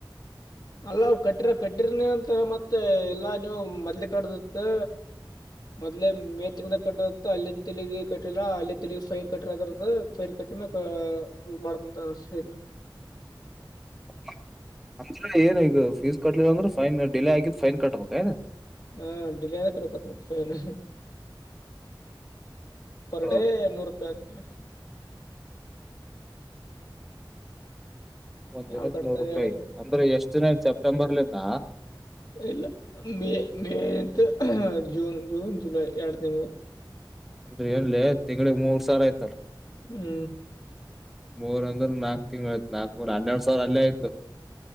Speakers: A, on the left; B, in the centre.
A: ಅಲ್ಲ ಅವ್ರು ಕಟ್ಟಿರ ಕಟ್ಟರ ನೀನಂತರ ಮತ್ತೆ ಎಲ್ಲಾ ನೀವು ಮದ್ಲ ಕಡ್ದತ್. ಮೊದ್ಲೆ ಮೇ ತಿಂಗದ ಕಟ್ಟ. ಅಲ್ಲಿಂದ ತೆಗಿ ಕಟ್ಟಿಲ್ಲ ಅಲ್ಲಿನ್ ತೆಲಗಿ ಫೈನ್ ಕಟ್ಟ್ರದ್ರದ್ದ ಫೈನ್ ಕಟ್ಟ್ಮೆ. ಹು ಮಾಡ್ತಂತನ ಫೀಸ್ನ.
B: <inaudible> ಏನ್ ಈಗ ಫೀಸ್ ಕಟ್ಲಿಲ್ಲಂದ್ರೆ ಫೈನ್ ಡಿಲೆ ಆಗಿದ ಫೈನ್ ಕಟ್ಬೇಕ ಏನು.
A: ಹಾ ಡಿಲೆ ಆದ ಕಡಬತ್ ಫೈನ್ನು. ಪರ್
B: ಕಳವ್ರು
A: ಡೇ ನೂರು ರೂಪಾಯಿ ಅಂತೆ.
B: ಒಂದ್
A: ಯಾವ್
B: ದಿನಕ್ಕೆ
A: ಕಟ್ತಾರ
B: ನೂರ್ ರೂಪಾಯಿ
A: ಹೇಳಿ
B: ಅಂದ್ರೆ ಎಷ್ಟ ದಿನ ಆಯ್ತ್ ಸೆಪ್ಟೆಂಬರ್ಲಂದ.
A: ಇಲ್ಲ ಮೇ ಮೇಂತ ಜೂನ್ ಜೂನ್ ಜುಲೈ ಎರಡು ತಿಂಗಳು.
B: ನ್ೀ ಎನ್ಲ್ಲ ತಿಂಗಳಗ್ ಮೂರ್ ಸಾವಿರ ಆಯ್ತಲ್ಲ
A: ಹೂ ಹೂ
B: ಮೂರ ಅಂದ್ರೆ ನಾಕ್ ತಿಂಗಳಯ್ತ್ ನಾಕ್ ಮೂರ್ ಹನ್ನೆರ ಸಾವಿರ ಅಲ್ಲೇ ಆಯತು